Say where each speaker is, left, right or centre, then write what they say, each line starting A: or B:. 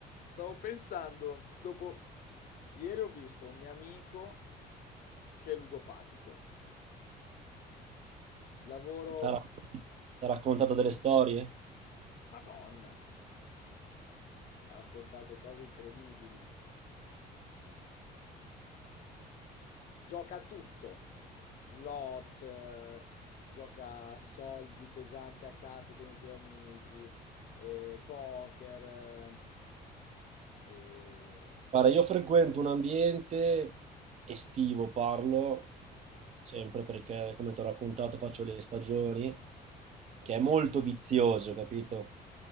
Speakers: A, on the left; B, on the right.
A: Stavo pensando, dopo ieri ho visto un mio amico che è ludopatico. Lavoro,
B: T'ha rac- t'ha raccontato delle storie?
A: Madonna. <laughs> Ha raccontato cose incredibili. Gioca a tutto. Slot, eh, gioca a soldi pesante a carte con i suoi amici, eh, poker, eh, e
B: Guarda, io frequento un ambiente estivo, parlo, sempre perché, come ti ho raccontato, faccio le stagioni, che è molto vizioso, capito?